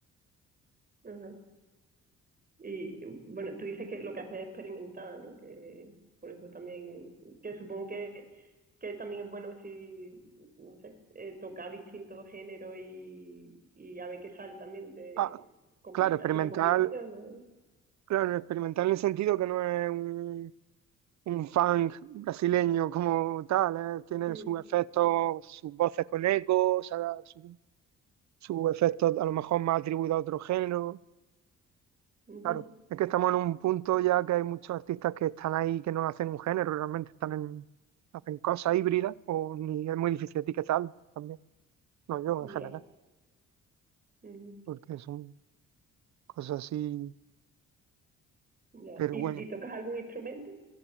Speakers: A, on the right (about 30°); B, on the right (about 65°).
A: ajá. Y bueno, tú dices que lo que haces es experimentar, ¿no? Que por eso también, que supongo que, que también es bueno si, no sé, eh, tocar distintos géneros y, y a ver qué sale también de,
B: Ah,
A: combi-
B: claro, experimental,
A: haciendo combinaciones. ¿no?
B: claro, experimental en el sentido que no es un, un funk brasileño como tal, ¿eh? Tiene
A: Mm,
B: sus efectos, sus voces con eco, o sea, su- sus efectos a lo mejor más atribuidos a otro género.
A: ujú,
B: Claro, es que estamos en un punto ya que hay muchos artistas que están ahí que no hacen un género, realmente están en, hacen cosas híbridas, o ni es muy difícil etiquetar también, no yo en general,
A: ya, ujú,
B: porque son cosas así,
A: ya.
B: pero
A: ¿Y,
B: bueno,
A: y tocas algún instrumento?